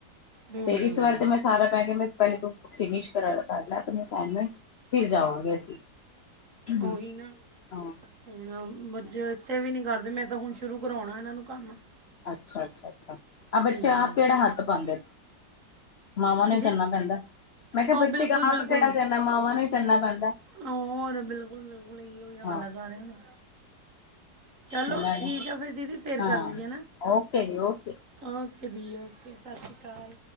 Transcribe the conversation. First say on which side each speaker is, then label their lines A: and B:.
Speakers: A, on the right; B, on the left.
A: ਹੂੰ
B: ਤੇ ਇਸ ਵਾਰ ਤੇ ਮੈਂ ਸਾਰਾ ਪੇਗੇ ਮੈਂ, ਫਿਨਸ ਕਰਲਾ ਆਪਨੀ ਅਸਾਈਨਮੈਂਟਸ ਫਿਰ ਜਾਵਾਂਗੇ ਅਸੀਂ, ਹੂੰ,
A: ਉਹੀ ਨਾ
B: ਹਾਂ,
A: ਹੁਣ ਬੱਚੇ ਔ ਇਥੇ ਵੀ ਨੀ ਕਰਦੇ ਮੈਂ ਤਾਂ ਹੁਣ ਸ਼ੁਰੂ ਕਰਵਾਣਾ ਇਹਨਾਂ ਨੂੰ ਕੰਮ
B: ਅੱਛਾ-ਅੱਛਾ, ਆਹ ਬੱਚੇ
A: ਹੂੰ
B: ਆਪ ਕਿਹੜਾ ਹੱਥ ਪਾਦੇ ਨੇ, ਮਾਵਾਂ
A: ਹਾਂਜੀ
B: ਨੂੰ ਹੀ ਕਰਨਾ ਪੈਂਦਾ ਮੈਂ ਕਿਹਾ
A: ਹਾਂ
B: ਬੱਚੇ
A: ਬਿਲਕੁਲ
B: ਆਪ
A: ਬਿਲਕੁਲ
B: ਕਿਹੜਾ ਕਰਨਾ ਦੇ ਮਾਵਾਂ ਨੂੰ ਹੀ ਕਰਨਾ ਪੈਂਦਾ
A: ਹੋਰ ਬਿਲਕੁਲ ਬਿਲਕੁਲ ਇਹੀ ਹਾਲ
B: ਹਾਂ।
A: ਹੈ ਸਾਰਿਆਂ ਦਾ ਚਲੋ
B: ਉਹਨਾਂ
A: ਠੀਕ
B: ਨੇ
A: ਆ ਫਿਰ ਦੀਦੀ ਫਿਰ
B: ਹਾਂ,
A: ਕਰੂਗੀ ਹਨਾ
B: ਓਕੇ ਜੀ ਓਕੇ,
A: ਓਕੇ ਦੀ ਓਕੇ ਸਤਿ ਸ਼੍ਰੀ ਅਕਾਲ,